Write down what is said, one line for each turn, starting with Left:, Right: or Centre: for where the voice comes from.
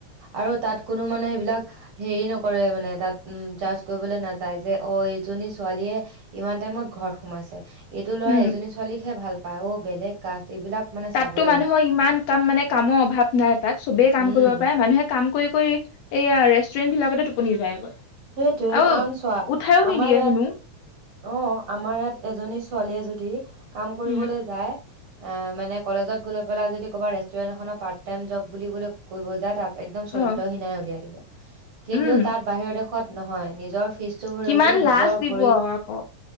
Right: আৰু তাত কোনো মানে এইবিলাক। হেৰি নকৰে মানে তাত যাজ কৰিবলৈ নাযায় যে অ এইজনী ছোৱালীয়ে। ইমান টাইমত ঘৰত সোমাইছে এইটো ল'ৰা
Left: উম,
Right: এজনী ছোৱালীকহে ভাল পায় অ বেলেগ কাষ্ট এইবিলাক। মানে
Left: তাততো
Right: চাবলৈ
Left: মানুহৰ
Right: নাই
Left: ইমান কাম মানে কামৰ অভাৱ, নাই তাত চবেই কাম
Right: উম
Left: কৰিব পাৰে, মানুহে কাম কৰি কৰি। এইয়া ৰেষ্টুৰেণ্ট বিলাকতে টোপনি যায়গৈ।
Right: সেইটোৱে
Left: আৰু
Right: কাৰণ চোৱা
Left: উঠাইও
Right: আমাৰ
Left: নিদিয়ে
Right: ইয়াত,
Left: কোনো
Right: অ আমাৰ ইয়াত এজনী ছোৱালীয়ে যদি কাম কৰিবলৈ
Left: উম
Right: যায়। অ মানে কলেজত গৈ পেলাই যদি ক'বা ৰেষ্টুৰেন্ট এখনত পাৰ্ট টাইম জব বুলি কৰিবলৈ যায় তাত, একদম চৰিত্ৰহীনাই
Left: অ
Right: উলিয়াই দিব। কিন্তু
Left: উম
Right: তাত বাহিৰৰ দেশত নহয় নিজৰ ফীজটো ভৰিবলৈ
Left: কিমান
Right: নিজৰ
Left: লাজ দিব
Right: ভৰিত।
Left: আৰু আকৌ